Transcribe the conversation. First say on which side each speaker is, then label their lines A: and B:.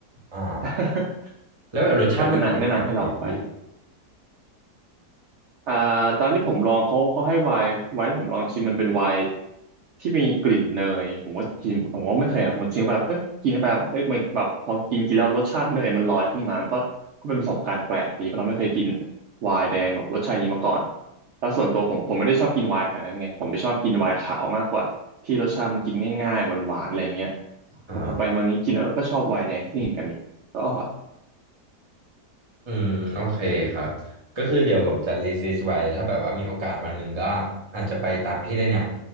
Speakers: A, on the right; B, on the right.
A: อ่า
B: <laughs>
A: แล้วแบบรสชาติมันแตกต่างกันเลยพี่
B: แต่แนะนำแนะนำให้ลองไป อ่าตอนที่ผมลองเขาเขาให้ไวน์ไวน์ที่ผมลองชิมมันเป็นไวน์ที่มีกลิ่นเนยผมว่ากินผมว่าไม่เคยนะผมชิมไปแบบเอ้ยกิน้ไปแบบเอ้ยมันแบบพอกินกินแล้วรสชาติเนยมันลอยขึ้นมามันก็ก็เป็นประสบการณ์แปลกดีเพราะเราไม่เคยกินไวน์แดงแบบรสชาติอย่างนี้มาก่อนแล้วส่วนตัวผมผมไม่ได้ชอบกินไวน์ขนาดนั้นไงผมไม่ชอบกินไวน์ขาวมากกว่าที่รสชาติมันกินง่ายๆหวานๆอะไรอย่างเงี้ย
A: อ่า
B: แต่พอไปเมืองนี้กินแล้วเออก็ชอบไวน์แดงที่นี่เหมือนกันนี่ก็อร่อย
A: อืมโอเคครับก็คือเดี๋ยวผมจะ list list ไว้ถ้าแบบว่ามีโอกาสวันหนึ่งก็อาจจะไปตามพี่เลยเนี่ย